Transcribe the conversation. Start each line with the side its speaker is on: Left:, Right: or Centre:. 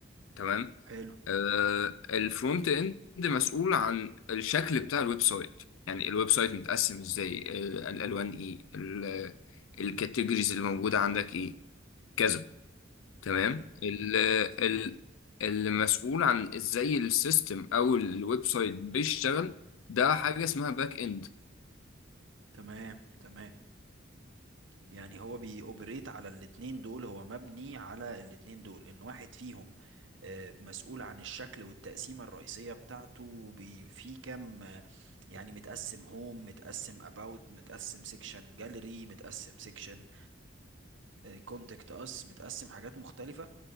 Left: تمام
Right: حلو
Left: آه، الفرونت اند مسؤول عن الشكل بتاع الويب سايت يعني الويب سايت متقسم ازاي آه، الالوان ايه ال- الكاتيجوريز اللي موجوده عندك ايه كذا تمام
Right: حلو
Left: ال ال المسؤول عن ازاي السيستم او الويب سايت بيشتغل ده حاجه اسمها باك اند
Right: تمام تمام يعني هو بيأوبريت على الاتنين دول هو مبني على الاتنين دول ان واحد فيهم آه، مسؤول عن الشكل والتقسيمة الرئيسية بتاعته بي- في كام آه، يعني متقسم هوم متقسم اباوت متقسم سيكشن جاليري متقسم سيكشن كونتاكت اس متقسم حاجات مختلفة